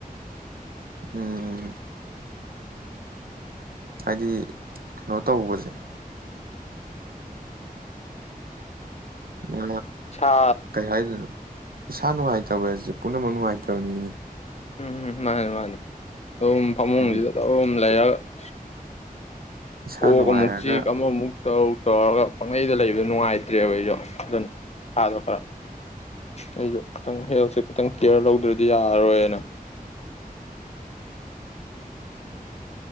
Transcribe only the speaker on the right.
ꯎꯝ ꯍꯥꯏꯗꯤ ꯀꯩꯅꯣ ꯇꯧꯕꯁꯦ ꯑ
ꯀꯩ ꯍꯥꯏꯗꯣꯏꯅꯣ ꯏꯁꯥ ꯅꯨꯡꯉꯥꯏꯇꯕ ꯍꯥꯏ ꯑꯁꯤ ꯄꯨꯝꯅꯃꯛ ꯅꯨꯡꯉꯥꯏꯇꯕꯅꯤꯅꯦ
ꯍꯥꯏꯗꯤ
ꯏꯁꯥ
ꯅꯨꯡꯉꯥꯏꯔꯒ